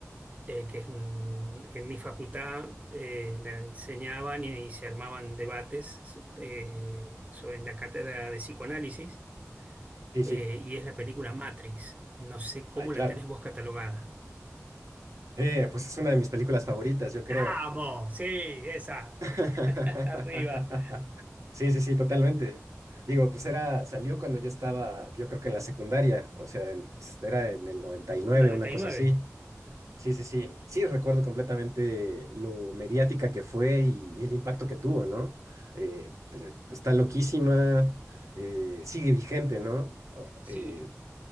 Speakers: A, on the right; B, on the right.
A: eh, que es un- en mi facultad eh, la enseñaban y, y se armaban debates eh, sobre en la cátedra de psicoanálisis
B: Sí,
A: eh,
B: sí.
A: y es la película Matrix. No sé cómo
B: Ay, claro.
A: la tenés vos catalogada.
B: Eh, pues es una de mis películas favoritas, yo creo.
A: ¡Vamos! Sí, esa.
B: <laughs>
A: <laughs> Arriba.
B: Sí, sí, sí, totalmente. Digo, pues era, salió cuando yo estaba, yo creo que en la secundaria, o sea, en- pues, era en el 99,
A: Noventa
B: una cosa
A: y nueve.
B: así. Sí, sí, sí. Sí, recuerdo completamente lo mediática que fue y, el impacto que tuvo, ¿no? Eh, pues, eh, está loquísima, eh, sigue vigente, ¿no? O-
A: Sí,
B: eh,